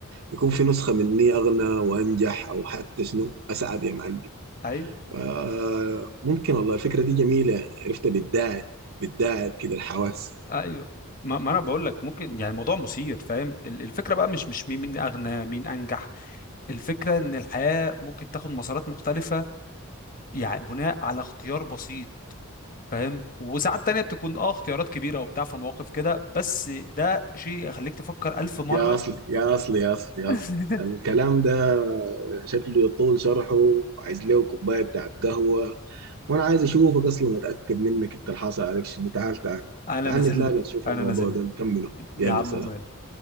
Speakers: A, on the right; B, on the left.
A: يكون في نسخة مني اغنى وانجح او حتى شنو اسعد يا معلم
B: ايوه
A: آه ممكن والله الفكرة دي جميلة يعني عرفتها بتداعب بتداعب كده الحواس
B: ايوه ما, ما انا بقول لك ممكن يعني الموضوع مثير فاهم ال- الفكره بقى مش مش مين مين اغنى مين انجح الفكره ان الحياه ممكن تاخد مسارات مختلفه يعني بناء على اختيار بسيط فاهم وساعات تانية بتكون اه اختيارات كبيره وبتاع في مواقف كده بس ده شيء يخليك تفكر الف مره
A: يا أصلي يا أصلي يا أصلي يا
B: <laughs>
A: أصلي الكلام ده شكله يطول شرحه عايز له كوباية بتاعت قهوة وأنا عايز أشوفك أصلا أتأكد منك أنت الحاصل عليك شنو تعال تعال
B: انا
A: تعال
B: نازل
A: نتلاقى
B: لك
A: نشوف
B: انا
A: الموضوع
B: نازل
A: ده نكمله
B: لك يا
A: يلا
B: عم
A: سلام
B: مال